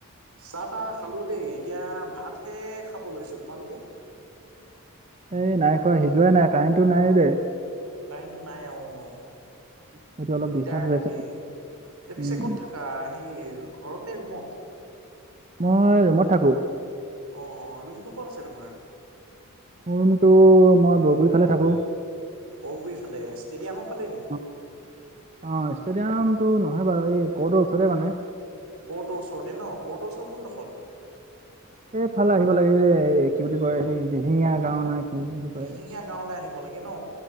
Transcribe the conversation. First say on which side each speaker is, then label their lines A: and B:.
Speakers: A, on the right (about 80°); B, on the right (about 35°).
A: চাহ তাহ খালো দেই। এতিয়া ভাতহে খাব লৈছো তোমালোকে।
B: এই নাই খোৱা সিজোৱাই নাই কাৰেন্টটো নাই যে
A: কাৰেন্টটো নাই অ'
B: সেইটো অলপ
A: দিগদাৰ
B: ডিষ্টাৰ্ব হৈ
A: তাকে।
B: আছে
A: এতিয়া
B: উম,
A: পিছে ক'ত থাকা সেই ঘৰত নে ৰুমত।
B: মই ৰমত থাকোঁ।
A: অ' ৰুমটো ক'ত আছে তোমাৰ।
B: মোৰ ৰুমটো। মই বৰগুৰ ফালে থাকোঁ।
A: অগুৰি ফালে ষ্টেডিয়ামৰ ফালে নেকি
B: অ' অ' ষ্টেডিয়ামটো নহয় বাৰু এই কটৰ ওচৰতে মানে
A: ক'ৰ্টৰ ওচৰতে ন। কৰ্টৰ ওচৰত কোনদোখত
B: এইফালে আহিব লাগে কি বুলি কয় এই দিহিঙীয়া গাও না কি বুলি কয়
A: দিহিঙীয়া গাঁওলৈ আহিব লাগে ন।